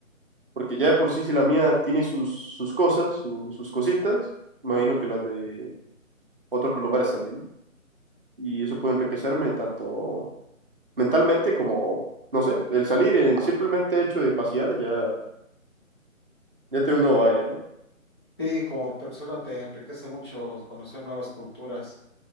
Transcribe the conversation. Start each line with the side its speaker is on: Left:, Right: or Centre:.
Right: porque ya de por sí si la mía tiene sus, sus cosas, su- sus cositas, imagino que las de otros lugares también y eso puede enriquecerme tanto mentalmente como, no sé, el salir, el simplemente hecho de pasear, ya, ya tiene un nuevo aire, ¿no?
Left: Sí, como persona te enriquece mucho conocer nuevas culturas,